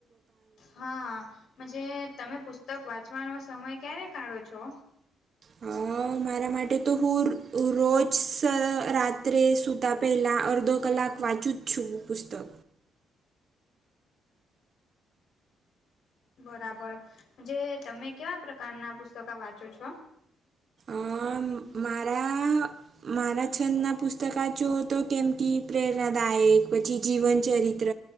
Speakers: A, on the left; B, on the right.
A: હા. મજ તમે પુસ્તક વાંચવાનો સમય ક્યારે કાઢો છો?
B: હા. મારા માટે તો હું રોજ રાત્રે સૂતા પહેલાં અડધો કલાક વાંચું છઠુ પુસ્તક.
A: બરાબર, જે તમે કેવાં પ્રકારનાં પુસ્તકા વાંચો છો?
B: અમ્મ મારા મારા છંદનાં પુસ્તકા જુઓ તો જેમ કે પ્રેરણાદાયક પછી જીવનચરિત્ર.